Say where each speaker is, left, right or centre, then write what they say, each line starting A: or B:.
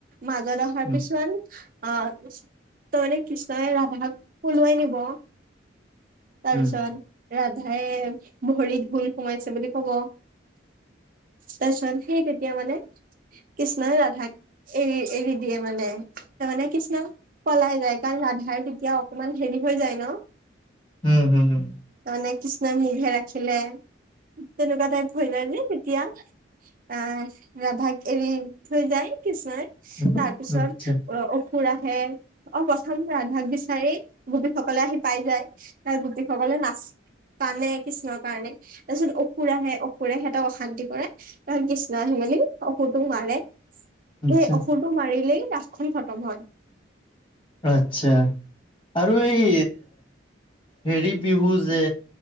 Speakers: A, on the right; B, on the left.
A: মাজত অহাৰ
B: উম
A: পিছত। অ' তাৰমানে কৃষ্ণই ৰাধাক পলোৱাই নিব। তাৰ
B: উম
A: পিছত ৰাধাই ভৰিত হোল সোমাইছে বুলি ক'ব। তাৰপিছত সেই তেতিয়া মানে কৃষ্ণই ৰাধাক। এৰি, এৰি দিয়ে মানে তাৰ মানে কৃষ্ণক। পলাই যায় কাৰণ ৰাধাৰ তেতিয়া অকমান হেৰি হৈ যায় নহ।
B: উম' হুম', হুম'।
A: তাৰমানে কৃষ্ণই <unintelligible> ৰাখিলে তেনেকুৱা টাইপ হৈ যায় নে তেতিয়া। আহ ৰাধাক এৰি থৈ যায় কৃষ্ণই
B: আচ্ছা,
A: তাৰপিছত অসু অসুৰ আহে অ' প্ৰথম ৰাধাক বিচাৰি গোপীসকলে আহি পাই যায়। তাৰ গোপীসকলে নাচ কানে কৃষ্ণৰ কাৰণে তাৰপিছত অসুৰ আহে অসুৰে সিহঁতক অশান্তি কৰে। তাত কৃষ্ণ আহি মেলি অসুৰটোক মাৰে।
B: আচ্ছা,
A: সেই অসুৰটোক মাৰিলেই ৰাসখন খতম হয়।
B: আচ্ছা' আৰু এই হেৰি বিহু যে